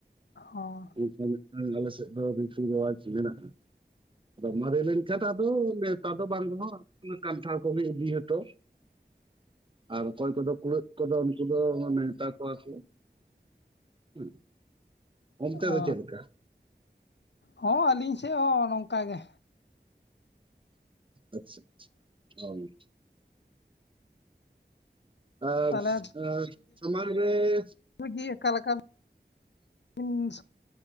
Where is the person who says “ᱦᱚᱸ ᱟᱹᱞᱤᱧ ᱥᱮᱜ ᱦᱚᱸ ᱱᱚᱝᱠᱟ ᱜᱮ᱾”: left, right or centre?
Left